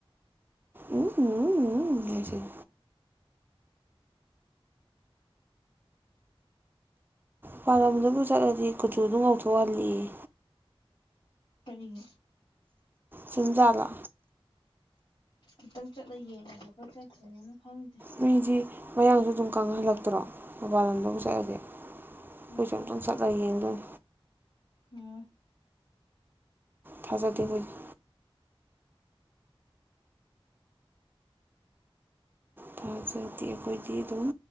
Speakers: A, on the right; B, on the left.
A: ꯎꯝ ꯎꯝ ꯎꯝ ꯎꯝ ꯍꯥꯏꯁꯤꯟ ꯄꯥꯟꯂꯝꯗꯕꯨ ꯆꯠꯂꯗꯤ ꯀꯨꯆꯨꯗꯨ ꯉꯧꯊꯣꯛꯑ ꯍꯜꯂꯛꯑꯦꯌꯦ
B: ꯑꯩ
A: ꯆꯨꯝꯖꯥꯠꯂꯥ
B: ꯑꯝꯇꯪ ꯆꯠꯂ ꯌꯦꯡꯉꯒꯦ ꯈꯣꯏ ꯆꯠꯇꯔꯤꯝꯅꯤꯅ ꯈꯪꯗꯦ
A: ꯃꯤꯗꯤ ꯃꯌꯥꯡꯁꯨ ꯑꯗꯨꯝ ꯀꯪꯍꯜꯂꯛꯇ꯭ꯔꯣ ꯃꯣꯕꯥꯏꯜ ꯅꯝꯕꯔꯕꯨ ꯆꯠꯂꯗꯤ ꯀꯈꯣꯏꯁꯨ
B: ꯎꯝ
A: ꯑꯨꯇꯪ ꯆꯠꯂꯒ ꯌꯦꯡꯗꯣꯏ
B: ꯍꯨꯝ
A: ꯊꯖꯗꯤꯗꯦ ꯈꯣꯏꯗꯤ ꯊꯥꯖꯗꯤ ꯑꯩꯈꯣꯏꯗꯤ ꯑꯗꯨꯝ